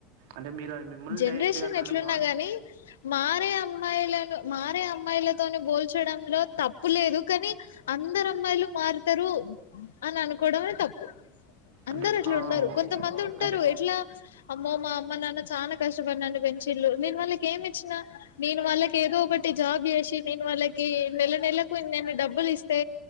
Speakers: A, on the right (about 70°); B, on the left (about 80°).
A: అంటే మీరు మిమ్మల్ని
B: జనరేషన్
A: డైరెక్ట్గా అనడమా
B: ఎట్లున్నా గాని మారే అమ్మాయిలను మారే అమ్మాయిలతోని బో పోల్చడంలో తప్ తప్పు లేదు కానీ అందరు అమ్మాయిలు మారుతారు అని అనుకోవడమే తప్పు అందరు
A: అంటే
B: అట్ల
A: ఆ
B: ఉన్నారు
A: ఓ
B: కొంతమంది ఉంటారు
A: అంటే
B: ఎట్లా అమ్మో మా అమ్మ నాన్న చానా కష్టపడి నన్ను పెంచిల్లు నేను వాళ్ళకి ఏమి ఇచ్చిన నేను వాళ్ళకి ఏదో ఒకటి జాబ్ చేసి నేను వాళ్ళకి ఈ నెలకి నెలకు ఇన్ నేను డబ్బులు ఇస్తే